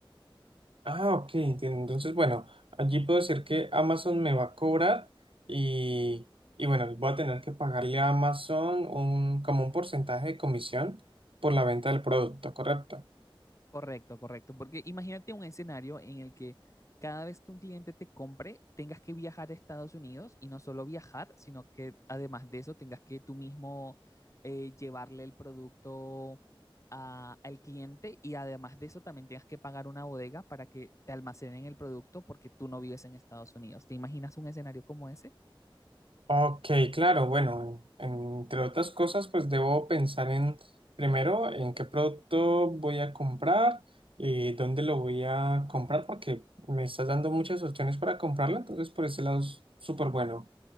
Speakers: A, on the right; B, on the left.
A: Ah, ok, entiendo. Entonces, bueno, allí puedo decir que Amazon me va a cobrar y, y bueno, voy a tener que pagarle a Amazon un, como un porcentaje de comisión por la venta del producto, ¿correcto?
B: Correcto, correcto. Porque imagínate un escenario en el que cada vez que un cliente te compre, tengas que viajar a Estados Unidos y no solo viajar, sino que además de eso tengas que tú mismo eh, llevarle el producto a- al cliente y además de eso también tengas que pagar una bodega para que te almacenen el producto porque tú no vives en Estados Unidos. ¿Te imaginas un escenario como ese?
A: Ok, claro, bueno, entre otras cosas, pues debo pensar en, primero, en qué producto voy a comprar y dónde lo voy a comprar, porque me estás dando muchas opciones para comprarlo, entonces por ese lado es súper bueno.